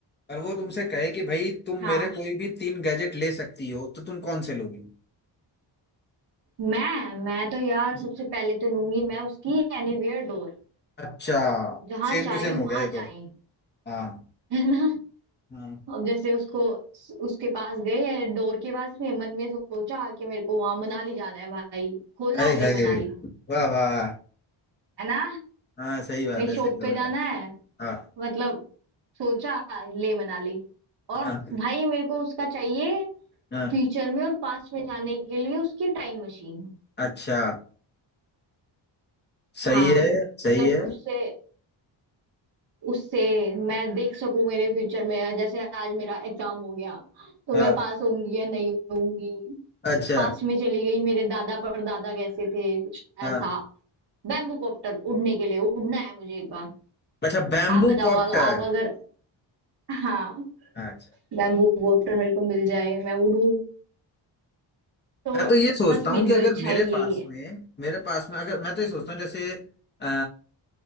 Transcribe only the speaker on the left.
और वो तुमसे कहे कि भाई तुम
मेरे कोई भी तीन गैजेट ले सकती हो तो तुम कौन से लोगी
अच्छा
सेम
टू सेम
हो गया ये तो
हाँ
हाँ
हाय
हाय
वाह वाह
हाँ सही बात
है सही बात
है
हाँ
हाँ
हाँ
अच्छा सही
है सही
है
हाँ
अच्छा
हाँ
अच्छा बैम्बू
कॉप्टर
अच्छा
मैं तो ये सोचता
हूँ
कि
अगर
मेरे
पास
में मेरे पास में अगर मैं तो ये सोचता हूँ जैसे अ,